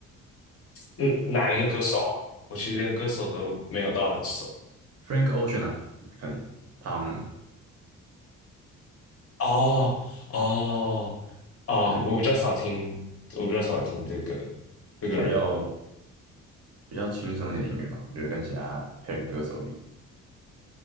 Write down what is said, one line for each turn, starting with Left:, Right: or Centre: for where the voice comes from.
Left: 嗯，哪一个歌手啊？我其实连歌手都没有到很熟。
Right: Frank Ocean 啊，可能他好像
Left: 哦哦哦，
Right: 有点
Left: 我比较少听，我比较少听这个这个人。
Right: 他比较比较轻松一点的音乐嘛，我觉得跟其他黑人歌手比，